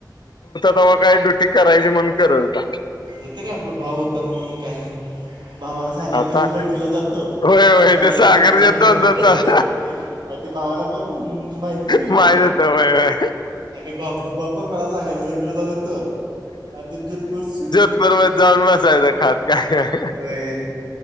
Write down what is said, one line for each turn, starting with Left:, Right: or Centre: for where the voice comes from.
Left: तेव्हा काय ड्युटी करायची म्हणून करत होता.
Right: इथं काय आपला भाऊ होता म्हणून काय. भावाला सांगायच
Left: आता
Right: लगविला जातो,
Left: होय होय
Right: आणि डायरेक्ट
Left: ते
Right: सागरच्या दुकानात.
Left: दोन दोन तास
Right: अ ते भावाला पण माहिती होत.
Left: माहित होय होय
Right: आणि भा भाऊ पण मला सांगायत होता लागविला जाऊन येतो आणि ते जोधपूरसी.
Left: बरोबर जाऊन बसायच खात काय.
Right: वय